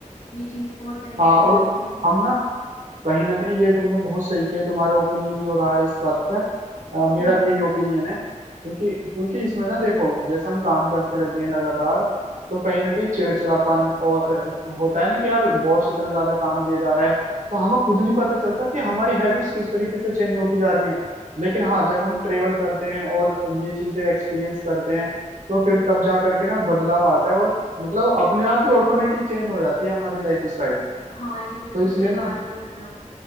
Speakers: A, on the left; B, on the right.
A: ये चीज बहुत बेनिफिशियल
B: हाँ और
A: होती है
B: हम ना कहीं ना कहीं ये तुमने बहुत सही किया तुम्हारा ओपिनियन जो रहा है इस बात पे अ, मेरा
A: हम्म
B: भी यही ओपिनियन है क्योंकि क्योंकि इसमें ना देखो जैसे हम काम करते रहते हैं लगातार तो कहीं ना कहीं चिड़चिड़ापन और होता है ना कि यार बॉस इतना ज्यादा काम दिया जा रहा है तो हमें खुद नहीं पता चलता कि हमारी हैबिट्स किस तरीके से चेंज होती जा रही हैं लेकिन हाँ जब हम ट्रेवल करते हैं और ये चीजें एक्सपीरियंस करते हैं तो फिर तब जा करके ना बदलाव आता है और मतलब अपने आप ही ऑटोमेटिक चेंज हो जाती है हमारी लाइफ स्टाइल
A: हाँ ये बिल्कुल
B: तो इसलिए
A: सही
B: ना
A: बात बोल रहे हो